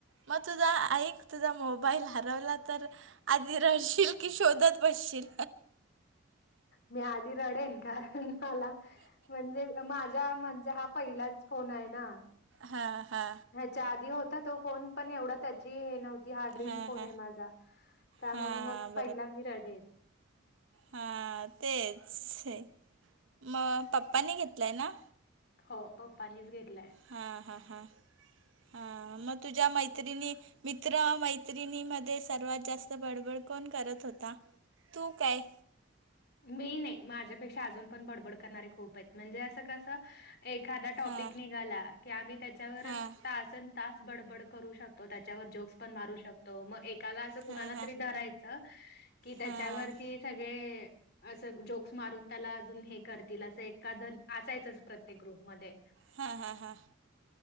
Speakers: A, on the right (about 70°); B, on the left (about 50°).
A: मग तुझा ऐक तुझा मोबाईल हरवला तर आधी रहशील की शोधत बसशील
B: मी आधी रडेन कारण मला म्हणजे तर माझा म्हणजे हा पहिलाच कोण आहे ना
A: हा हा
B: ह्याच्या आधी होता तो फोन पण एवढा त्या हे नव्ह ती हा ड्रीम
A: हां
B: फोन
A: हां
B: आहे माझा त्यामुळे
A: हां
B: मग पहिला मी रडेन
A: हा तेच हे म पप्पनी घेतलाय ना
B: हो पप्पनीच घेतलाय
A: हां हां हां हां मग तुझ्या मैत्रिणी मित्र मैत्रिणीमध्येध्ये सर्वात जास्त बडबड कोण करत होता तू काय
B: मी नाही माझ्यापेक्षा अजून पण बडबड करणारे खूप आहेत म्हणजे असं कसं एखादा टॉपिक
A: हां
B: निघाला की आम्ही त्याच्यावरच
A: हां
B: तासन तास बडबड करू शकतो त्याच्यावर जोक्स पण मारू शकतो मग एका अस कुणाला
A: हां हां
B: तरी धरायचं कि त्याच्यावरती
A: हां हां
B: सगळे असं जोक्स मारून त्याला अजून हे करतील असं एखदं असायचच करते ग्रुपमध्ये
A: हा हा हा